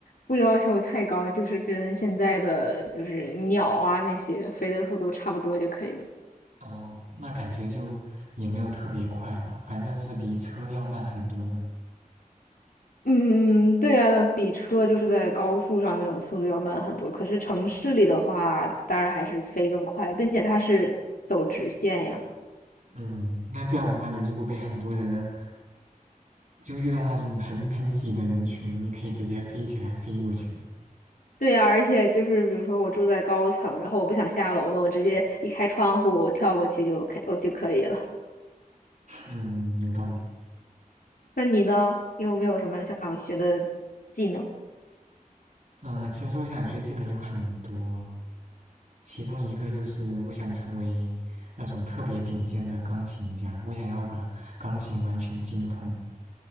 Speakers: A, on the left (about 85°); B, on the right (about 60°).
A: 不要求太高，就是跟现在的就是鸟啊那些飞的速度差不多就可以了。
B: <laughs> 哦，那感觉就也没有特别快吧，反正是比车要慢很多的。
A: 嗯，对啊，那比车就是在高速上那种速度要慢很多，可是城市里的话，当然还是飞更快，并且它是走直线呀。
B: 嗯，那这样的话，你如果被很多人就遇到那种很很挤的人群，你可以直接飞起来飞过去。
A: 对呀，而且就是比如说我住在高层，然后我不想下楼了，我直接一开窗户，我跳过去就 OK，我就可以了。
B: 嗯，有道理。
A: 那你呢？你有没有什么想学的技能？
B: 嗯，其实我想学技能有很多，其中一个就是我想成为那种特别顶尖的钢琴家，我想要把钢琴完全精通。